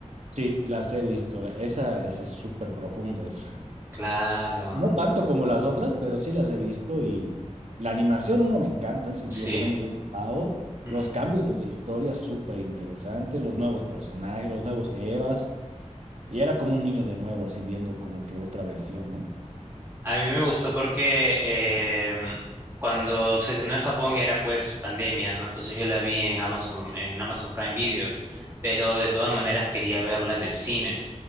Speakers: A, on the right (about 65°); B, on the right (about 20°).
A: Sí, las he visto. la- Esa, esa es súper profunda. Es.
B: Claro.
A: No tanto como las otras, pero sí las he visto y la animación, uno me encanta, si
B: Sí.
A: lo ponemos de ese lado.
B: Mm.
A: Los cambios en la historia, súper interesantes, los nuevos personajes, los nuevos Evas. Y era como un niño de nuevo, así viendo como que otra versión, ¿no?
B: A mí me gustó porque em, cuando se estrenó en Japón era pues pandemia, ¿no? Entonces yo la vi en Amazon, en Amazon Prime Video, pero de todas maneras quería verla en el cine.